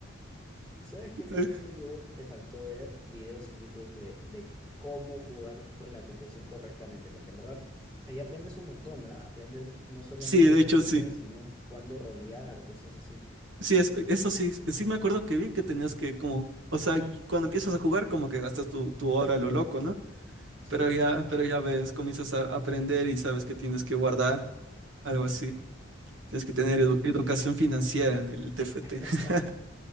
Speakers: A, on the right; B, on the right.
A: ¿Sabes qué? Tal
B: <laughs>
A: vez te, vio- te faltó ver videos en YouTube de, de cómo jugar con la composición correctamente, porque en verdad ahí aprendes un montón, ¿ah? Aprendes no solamente
B: Sí, de
A: de economía,
B: hecho sí.
A: sino cuándo rolear o cosas así.
B: Sí, eso, eso sí, sí me acuerdo que vi que tenías que como, o sea, y cuando empiezas a jugar como que gastas tu, tu hora a lo loco, ¿no?
A: Sí,
B: Pero ya, pero ya ves, comienzas a aprender y sabes que tienes que guardar, algo así. Tienes
A: sí.
B: que tener edu- educación financiera en el TFT.
A: <laughs>
B: <laughs>